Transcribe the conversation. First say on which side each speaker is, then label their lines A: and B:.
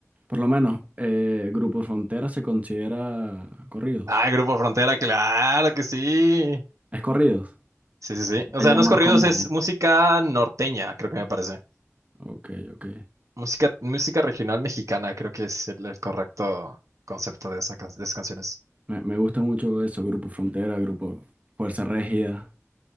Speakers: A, on the right; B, on the right.
A: Por lo menos, eh, Grupo Frontera se considera corridos.
B: Ah, Grupo Frontera, claro que sí.
A: ¿Es corridos?
B: Sí, sí, sí. O sea,
A: Ya
B: no
A: más
B: es corridos,
A: como...
B: es música norteña, creo que me parece.
A: Ok, ok.
B: Música, música regional mexicana, creo que es el, el correcto concepto de, esa can- de esas canciones.
A: Me, me gusta mucho eso, Grupo Frontera, Grupo Fuerza Régida,